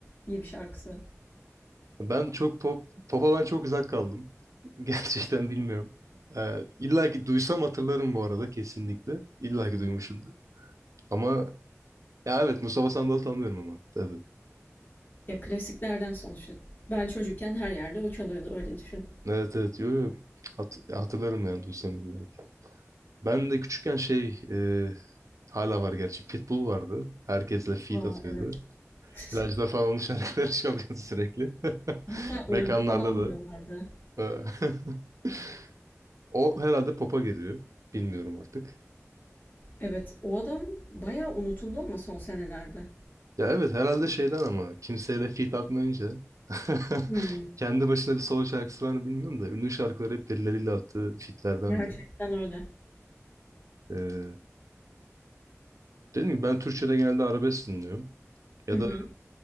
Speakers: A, on the left; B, on the right.
A: diye bir şarkısı.
B: Ben çok pop pop'a ben çok uzak kaldım. <laughs> Gerçekten bilmiyorum. Ee, illa ki duysam hatırlarım bu arada kesinlikle. İlla ki duymuşumdur. Ama ya evet Mustafa Sandal'ı tanıyorum ama tabii.
A: Ya klasiklerden sonuçta. Ben çocukken her yerde o çalıyordu öyle düşün.
B: Evet evet yo, yo. Hat hatırlarım yani duysam illa ki. Ben de küçükken şey e, hala var gerçi Pitbull vardı. Herkesle feat
A: Aa
B: atıyordu.
A: evet. <laughs>
B: Plajda falan onun şarkıları <laughs> çalıyordu sürekli. <laughs>
A: Hatta öldü
B: Mekanlarda
A: falan
B: da.
A: diyorlardı.
B: E, <laughs> O herhalde pop'a geliyor. Bilmiyorum artık.
A: Evet o adam bayağı unutuldu ama son senelerde.
B: Ya evet herhalde şeyden ama kimseyle feat atmayınca <laughs>
A: Hmm,
B: kendi başına bir solo şarkısı var mı bilmiyorum da ünlü şarkıları hep birileriyle attığı featlerdendi.
A: gerçekten öyle.
B: E, dedim ki ben Türkçe'de genelde arabesk dinliyorum. Ya
A: Hı hı,
B: da